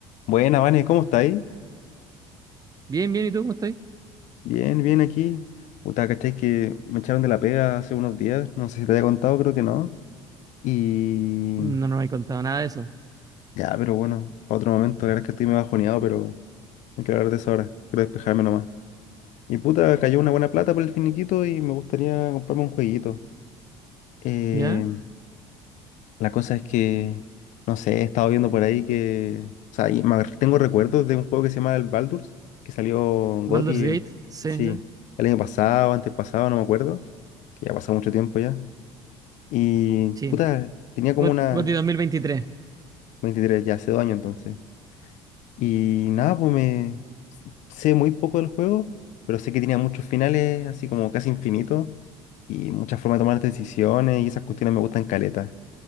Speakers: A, on the left (about 55°); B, on the right (about 25°).
A: Buena, Vane, ¿cómo estáis?
B: Bien, bien, ¿y tú cómo estás?
A: Bien, bien aquí. Puta, ¿cachai? Que me echaron de la pega hace unos días. No sé si te había contado, creo que no. Y
B: No, no me he contado nada de eso.
A: ya, pero bueno, pa' otro momento. La verdad es que estoy medio bajoneado, pero no quiero hablar de eso ahora. Quiero despejarme nomás. Y puta, cayó una buena plata por el finiquito y me gustaría comprarme un jueguito. Eh,
B: ¿Ya?
A: La cosa es que, no sé, he estado viendo por ahí que, o sea, y me- tengo recuerdos de un juego que se llama el Baldur's, que salió en
B: Baldur's
A: GOTY,
B: Gate,
A: el-
B: sí,
A: sí,
B: sí.
A: el año pasado, antes pasado, no me acuerdo, que ya pasó mucho tiempo ya. Y,
B: sí.
A: puta, tenía como
B: Got-
A: una
B: GOTY 2023.
A: 23 ya hace dos años entonces. Y nada, pues me sé muy poco del juego, pero sé que tenía muchos finales, así como casi infinitos, y muchas formas de tomar decisiones, y esas cuestiones me gustan caleta.